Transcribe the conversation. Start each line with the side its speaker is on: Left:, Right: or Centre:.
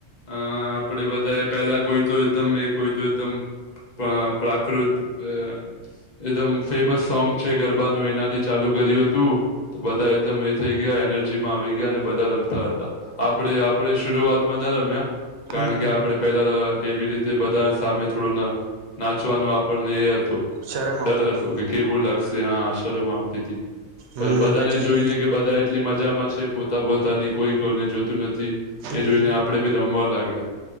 Left: અ આપડે બધા પેલા કોઈ તો એકદમ એ કોઈ તો એકદમ અ પ્રાકૃત અ એકદમ ફેમસ સોંગ છે, ગરબાનું એનાથી ચાલુ કર્યું હતુ તો બધા એકદમ એ થઈ, ગયા એનર્જી માં આવી ગયા અને બા રમતા હતા આપડ આપણે શરૂઆતમાં ના રમ્ય કારણ
Right: હમ
Left: કે આપે પેલા એવી રીતે બધા સામે થોડું નાચવાનું આપણને એ હત તો
Right: શરમ આવતી
Left: ડર હતો
Right: હતી
Left: કે કેવું લાગશે હા શરમ આવતી હતી. પણ
Right: હમ
Left: બધાને
Right: પછી
Left: જોઈને કે બધા એટલી મજામાં છે. પોતા પોતાની કોઈ કોને જોતું નથી
Right: હમ
Left: એ જોઈને આપડે બી રમવા લાગ્યા